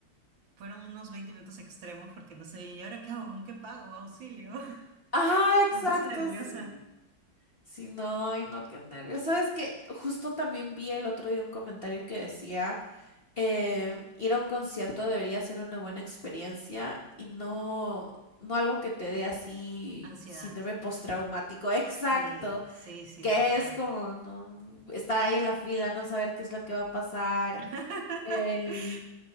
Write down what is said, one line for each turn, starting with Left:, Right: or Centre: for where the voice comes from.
Right: Fueron unos 20 minutos extremos porque no sé, ¿y ahora qué hago? ¿Con qué pago? Auxilio. <laughs>
Left: Ajá, exacto,
Right: Me puse nerviosa.
Left: sí. Sí, no, ay, no, qué nervios. ¿Sabes qué? Justo también vi el otro día un comentario que decía, eh, ir a un concierto debería ser una buena experiencia y no, no algo que te dé así
Right: Ansiedad.
Left: síndrome postraumático. Exacto,
Right: Sí, sí, sí,
Left: que
Right: total.
Left: es como no, estar ahí en la fila, no saber qué es lo que va a pasar.
Right: <laughs>
Left: Eh,